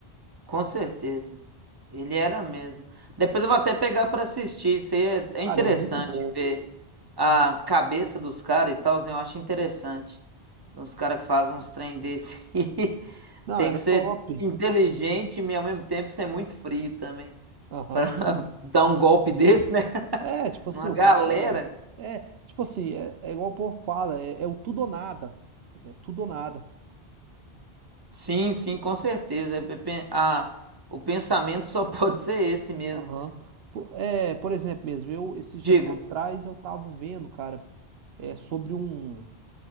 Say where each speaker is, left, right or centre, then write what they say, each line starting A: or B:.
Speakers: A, on the right; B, on the right.
A: Com certeza. Ele era mesmo. Depois eu vou até pegar para assistir. Isso aí é, é
B: Cara,
A: interessante
B: é muito bom.
A: ver a cabeça dos caras e tal, né? Eu acho interessante. Uns caras que fazem uns trem desse. <laughs> aí.
B: Não,
A: Tem
B: era
A: que
B: top.
A: ser inteligente e ao mesmo tempo ser muito frio também.
B: Aham.
A: Para <laughs> dar um golpe desse, né? <laughs>
B: É, tipo assim,
A: Numa
B: o
A: galera.
B: cara. É, tipo assim, é, é igual o povo fala, é, é o tudo ou nada. É tudo ou nada.
A: Sim, sim, com certeza. É pe- pe- a- o pensamento só <laughs> pode ser esse mesmo.
B: Aham. Po- É, por exemplo mesmo, eu, esse dia
A: Diga.
B: pra trás, eu tava vendo, cara, é, sobre um,